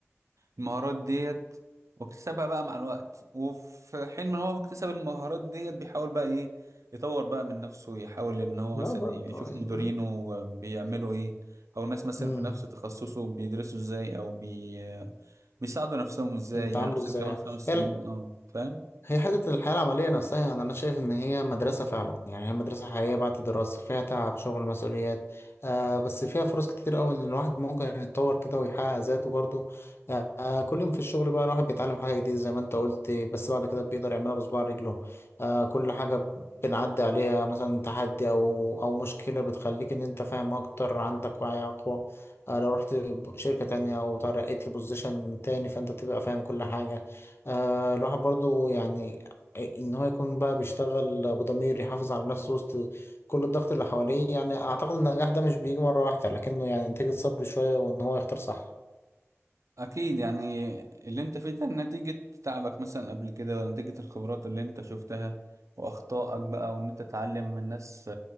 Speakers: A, on the right; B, on the left.
A: المهارات ديت واكتسبها بقى مع الوقت وفي حين ما هو بيكتسب المهارات ديت بيحاول بقى ايه يطور بقى من نفسه يحاول ان هو
B: لا
A: مثلا
B: برضه
A: يشوف
B: يعني
A: مديرينه بيعملوا ايه او ناس مثلا
B: امم
A: في نفس تخصصه بيدرسوا ازاي او بي... بيساعدوا نفسهم ازاي
B: يتعاملوا
A: يعني مثلا
B: ازاي
A: كمان خمس
B: يعني
A: سنين اه فاهم
B: هي حتة الحياة العملية نفسها يعني أنا شايف إن هي مدرسة فعلا يعني هي مدرسة حقيقية بعد الدراسة فيها تعب شغل مسؤوليات آه بس فيها فرص كتير أوي إن الواحد ممكن يتطور كده ويحقق ذاته برضه آه آه، كل يوم في الشغل بقى الواحد بيتعلم حاجة جديدة زي ما أنت قلت بس بعد كده بيقدر يعملها بصباع رجله آه كل حاجة بنعدي عليها مثلا تحدي أو أو مشكلة بتخليك إن أنت فاهم أكتر عندك وعي أقوى آه لو رحت شركة تانية أو ترقيت لبوزيشن تاني فأنت تبقى فاهم كل حاجة آه الواحد برضو يعني إيه، ان هو يكون بقى بيشتغل بضمير يحافظ على نفسه وسط كل الضغط اللي حواليه يعني اعتقد ان النجاح ده مش بيجي مرة واحدة لكنه يعني نتيجة صبر شوية وان هو يختار صح
A: اكيد يعني اللي انت فيه ده نتيجة تعبك مثلا قبل كده ونتيجة الخبرات اللي انت شفتها واخطائك بقى وان انت تتعلم من ناس